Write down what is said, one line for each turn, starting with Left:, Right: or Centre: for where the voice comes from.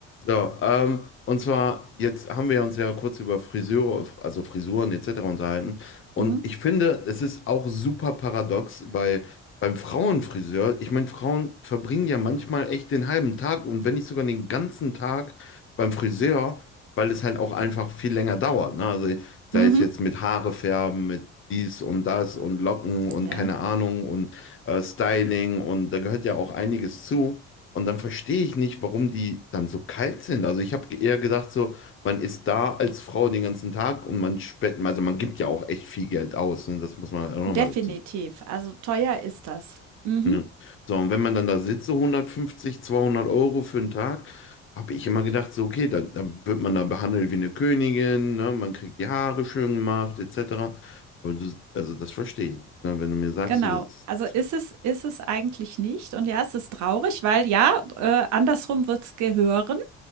Left: So, ähm, und zwar, jetzt haben wir uns ja kurz über Friseure, also Frisuren etc. unterhalten. Und
Right: Mhm.
Left: ich finde, es ist auch super paradox, weil beim Frauenfriseur, ich meine, Frauen verbringen ja manchmal echt den halben Tag und wenn nicht sogar den ganzen Tag beim Friseur, weil es halt auch einfach viel länger dauert. Ne? Also sei
Right: Mhm.
Left: es jetzt mit Haare färben, mit dies und das und Locken und
Right: Ja,
Left: keine Ahnung und äh, Styling und da gehört ja auch einiges zu. Und dann verstehe ich nicht, warum die dann so kalt sind. Also ich habe eher gedacht, so, man ist da als Frau den ganzen Tag und man spenden, also man gibt ja auch echt viel Geld aus. Ne? Das muss man halt auch nochmal
Right: definitiv.
Left: dazu sagen.
Right: Also teuer ist das. Mhm.
Left: Mhm. So, und wenn man dann da sitzt, so hundertfünfzig, zweihundert Euro für einen Tag, habe ich immer gedacht, so, okay, dann, dann wird man da behandelt wie eine Königin, ne? Man kriegt die Haare schön gemacht, etc. Aber du, also das verstehe ich nicht. Ne? Wenn du mir sagst,
Right: Genau.
Left: so, das,
Right: Also
Left: das,
Right: ist es, ist es eigentlich nicht. Und ja, es ist traurig, weil ja, äh, andersrum wird es gehören.